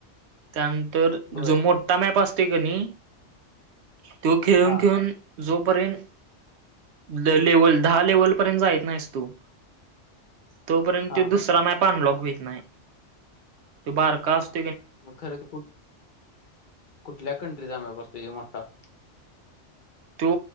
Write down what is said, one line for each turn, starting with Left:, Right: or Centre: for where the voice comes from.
Right: त्यांन तरं
Left: बर
Right: जो मोटां मॅप असतोय कां नी तो खेळूंन
Left: हा
Right: खेळूंन जोपर्यंत ल लेवल दहा लेवलपर्यंत जाईत नाहीसं तुं तोपर्यंत
Left: हा
Right: दुसरा मॅपनलॉक वतं होतं नाहीं तो बारकां असतो
Left: मंग खरं तरं कु कुठल्यां कंट्रीचाम बसते मोठां
Right: त्यो